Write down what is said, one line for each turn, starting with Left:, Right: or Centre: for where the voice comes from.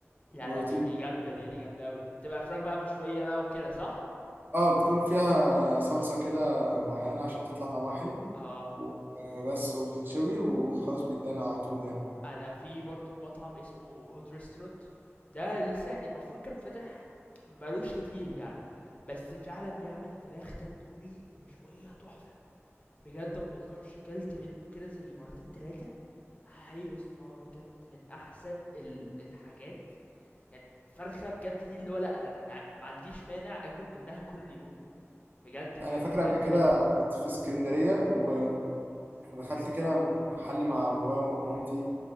Left: لا
Right: بروتين
Left: لا دي دي جامدة
Right: بروتين
Left: دي
Right: يعني.
Left: دي جامدة أوي بتبقى فراخ بقى مشوية بقى وكده صح؟
Right: اه بتكون فيها صلصه كده معينه عشان تطلع طعمها حلو
Left: اه
Right: و- آه، بس وبتتشوي وخلاص بيتدانى على طول يعني
Left: أنا في برضو مطعم اسمه هوت ريستورانت ده لسه يعني المفروض كان فاتح مبقالوش كتير يعني بس فعلا بيعمل فراخ تندوري مشوية تحفة بجد ما بهزرش كلت منه كده زي مرتين تلاتة حي يا اسطى بجد من أحسن ال- الحاجات يعني فرخة بجد دي اللي هو لأ أنا أنا أنا ما عنديش مانع آكل منها كل يوم بجد بجد
Right: انا فاكر
Left: دي جامدة
Right: قبل كده
Left: جدًا.
Right: كنت في اسكندريه و فدخلت كده محل مع بابا ومامتي